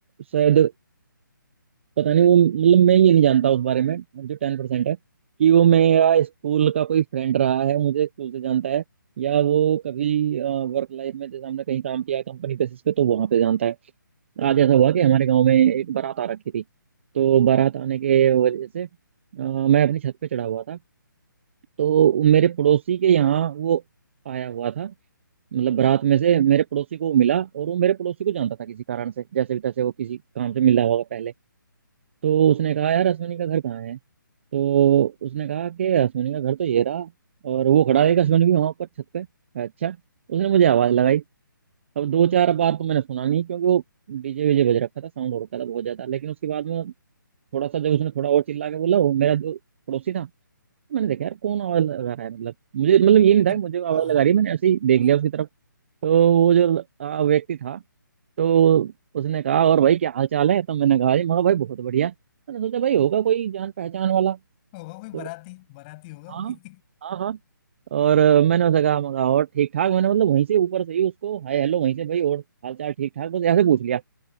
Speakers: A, on the right; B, on the left.
A: शायद पता नहीं वो मतलब मैं ये नहीं जानता उस बारे में जो टेन परसेंट है कि वो मेरा स्कूल का कोई फ्रेंड रहा है मुझे स्कूल से जानता है या वो कभी वर्क लाइफ में जैसे हमने कहीं काम किया है कंपनी बेसिस पे तो वहां पे जानता है आज ऐसा हुआ कि हमारे गांव में एक बारात आ रखी थी तो बारात आने के वजह से अ, मैं अपनी छत पे चढ़ा हुआ था तो मेरे पड़ोसी के यहाँ वो आया हुआ था मतलब बारात में से मेरे पड़ोसी को वो मिला और वो मेरे पड़ोसी को जानता था किसी कारण से जैसे भी तैसे वो किसी काम से मिला होगा पहले तो उसने कहा यार अश्विनी का घर कहाँ है तो उसने कहा कि अश्विनी का घर तो ये रहा और वो खड़ा है एक अश्विनी भी वहाँ पर छत पे अच्छा उसने मुझे आवाज़ लगाई अब दो चार बार तो मैंने सुना नहीं क्योंकि वो डीजे वीजे बज रखा था साउंड हो रखा था बहुत ज्यादा लेकिन उसके बाद में थोड़ा सा जब उसने थोड़ा और चिल्ला के बोला वो मेरा जो पड़ोसी था मैंने देखा यार कौन आवाज लगा रहा है मतलब मुझे मतलब ये नहीं था
B: <laughs>
A: कि मुझे आवाज
B: हाँ
A: लगा रही है मैंने ऐसे ही देख
B: हाँ,
A: लिया उसकी तरफ तो वो जो आ, व्यक्ति था तो उसने कहा और भाई क्या हाल चाल है तो मैंने कहा जी मगर भाई बहुत बढ़िया मैंने सोचा भाई होगा कोई जान पहचान वाला
B: होगा कोई
A: तो
B: बाराती बाराती होगा
A: हाँ
B: कोई
A: हाँ हाँ और अ, मैंने उसे कहा मगा और ठीक ठाक मैंने मतलब वहीं से ऊपर से ही उसको हाय हेलो वहीं से भाई और हाल चाल ठीक ठाक बस ऐसे पूछ लिया